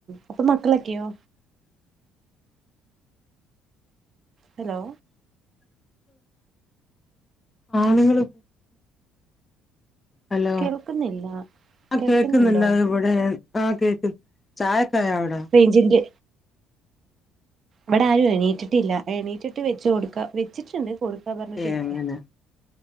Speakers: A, on the right; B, on the left.
A: അപ്പൊ മക്കളൊക്കെയോ ഹലോ
B: ആണ്ങ്ങള് ഹലോ
A: കേൾക്കുന്നില്ല
B: ആ
A: കേൾക്കുന്നുണ്ടോ
B: കേക്കുന്നില്ല ഏ ആഹ കേക്ക് ചായക്കായ വിടെ
A: റേഞ്ച്ൻറ്റെ വിടാരും എണീറ്റിട്ടില്ല എണീറ്റിട്ട് വെച്ച് കൊടുക്കാ വെച്ചിട്ടുണ്ട് കൊടുക്കാ പറഞ്ഞിട്ടി
B: ഏഹ്
A: ഇരിക്ക
B: അങ്ങനെ